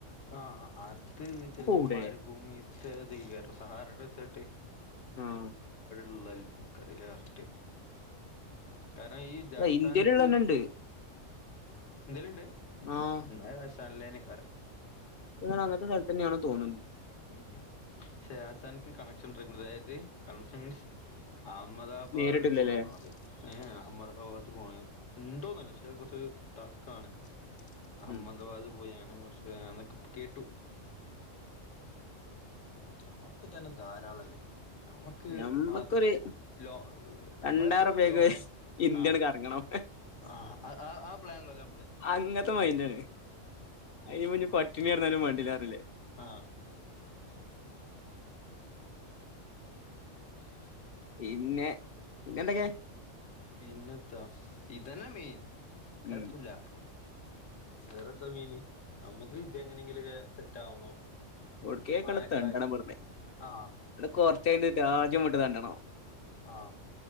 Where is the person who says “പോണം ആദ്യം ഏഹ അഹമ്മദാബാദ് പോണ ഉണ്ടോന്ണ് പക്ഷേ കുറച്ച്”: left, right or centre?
Left